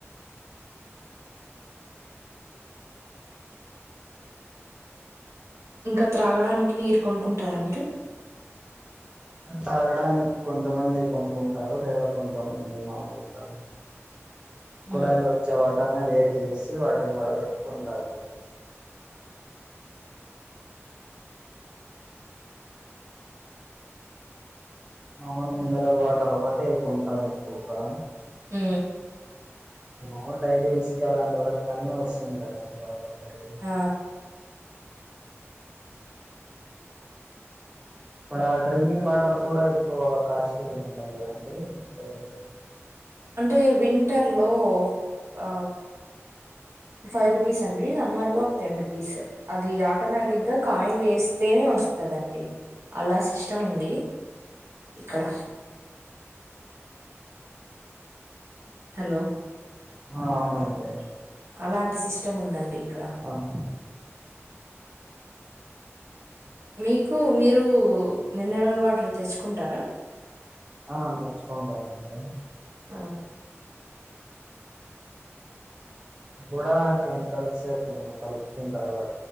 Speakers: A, on the right; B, on the right.
A: ఇంకా త్రాగడానికి నీరు కొనుకుంటారా మీరు
B: తాగడానికి కొంతమంది కొనుకుంటారు లేదా కొంతమంది మామూలుగా
A: హ్మ్.
B: కుడాయిలు వచ్చే వాటర్ని వేడి చేసి వాటిని వడ కట్టుకొని తాగుతారు మాములు మినరల్ వాటర్ ఒకటి కొంటాం ఎక్కువగా
A: ఉ
B: మాములు డైలీ ఇసుక లాంటి వాటికి అన్ని వస్తుంటాయి అండి వాటర్ డైలీ
A: ఆ!
B: అక్కడ డ్రింకింగ్ వాటర్ కూడా ఎక్కువ కాస్ట్లీగా ఉంటాయి కదండీ అటుసైడ్
A: అంటే వింటర్ లో ఆ ఫైవ్ రూపీస్ అండి సమ్మర్ లో టెన్ రూపీస్ అది ఆటోమేటిక్ గా కాయిన్ వేస్తేనే వస్తుంది కాదండి అలా సిస్టం ఉంది ఇక్కడ హలో
B: ఆ అవునండి
A: అలాంటి సిస్టమ్ ఉందండి ఇక్కడ
B: అవును
A: మీకు మీరు మినరల్ వాటర్ తెచ్చుకుంటారా
B: ఆ తెచ్చుకుంటామండి
A: మ్
B: కూడా కెమికల్స్ కొన్ని కలుపుతుంటారు వా